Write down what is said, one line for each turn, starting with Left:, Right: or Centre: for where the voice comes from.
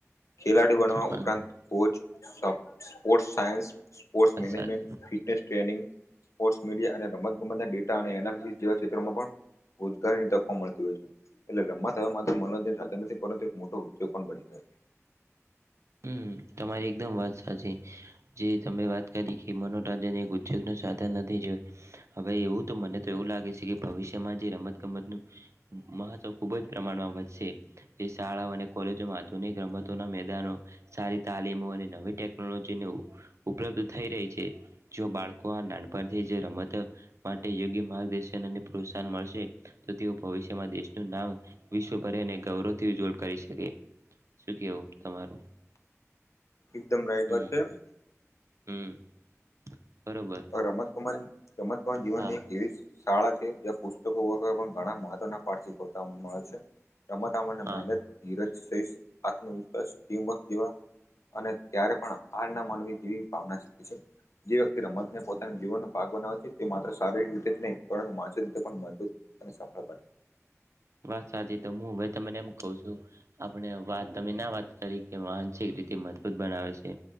Left: ખેલાડી બનવા
Right: વાત
Left: ઉપરાંત કોચ સ્પોર્ટ્સ સાયન્સ સ્પોર્ટ્સ management
Right: સાચી
Left: fee ટેસ્ટિ tanning post media અને રમત ગમત ડેટા અને એનાલિ જેવા ક્ષેત્રોમાં પણ રોજગારીની તકો મળતી હોય છે. એટલે રમવા થવા માત્ર મનોરંજન સાચા નથી પરંતુ એક મોટો ઉદ્યોગ પણ બની ગયો છે.
Right: હમ તમારી એકદમ વાત સાચી. જે તમે વાત કરી કે મનોરંજન એ ઉદ્યોગ ન સાધન નથી જો હવે એવું તો મને તો એવું લાગે છે કે ભવિષ્યમાં જે રમતગમતનું મહત્વ ખૂબ જ પ્રમાણમાં વધશે. શાળાઓ અને કોલેજોમાં આધુનિક રમતોના મેદાનો સારી તાલીમો અને નવી ટેક ટેકનોલોજીને ઉપલબ્ધ થઈ રહી છે જો બાળકો આ નાનપણથી રમત માટે યોગ્ય માર્ગદર્શન અને પ્રોત્સાહન મળશે તો તેઓ ભવિષ્યમાં દેશનું નામ વિશ્વ ભરેને ગૌરવથી ઉજ્જવળ કરી શકે શું કેવું? તમારું
Left: એકદમ રાઈટ
Right: હમ
Left: વાત છે.
Right: હમ બરોબર.
Left: રમતગમન રમત કમન જીવનની
Right: હા
Left: એક એવી શાળા છે જ્યાં પુસ્તકો વગરે પણ ઘણા મહત્વ પાઠ શીખતા મળે છે. રમતમણ
Right: હા
Left: મહેનત ધીરજ આત્મવિશ્વાસ ટીમવર્ જેવા અને ક્યારે પણ હ ના માનવી જેવી ભાવના શીખી છે જે વ્યક્તિ રમત પોતાના જીવનનો પાક બનાવવા છે તે માત્ર શારીરિક રીતે જ નહીં પરંતુ માનસિક રીતે પણ મજબૂત અને સફળ બને.
Right: વાત સાચી તો હું હવે તમને એમ કઉ છું. આપણે વાત તમે ના વાત કરી કે માનસિક રીતે મજબૂત બનાવે છે.